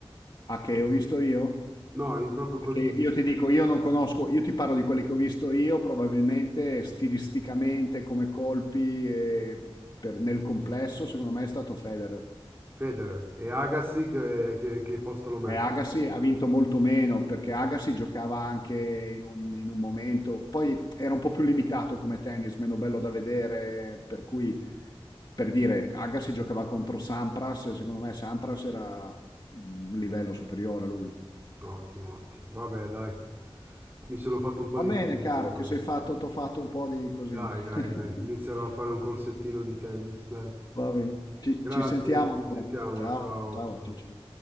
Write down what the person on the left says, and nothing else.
Ah, che ho visto io?
Perché io ti dico, io non conosco, io ti parlo di quelli che ho visto io, probabilmente stilisticamente, come colpi, e per- nel complesso, secondo me è stato Federer.
E Agassi ha vinto molto meno perché Agassi giocava anche in un, in un momento, poi era un po' più limitato come tennis, meno bello da vedere, per cui per dire Agassi giocava contro Sampras e secondo me Sampras era un livello superiore a lui.
Va
bene,
caro, ti
sei fatto, t'ho fatto un po' di così.
<laughs>
Va bene, ci,
ci sentiamo allora.
Ciao,
ciao,
ciao, ciao.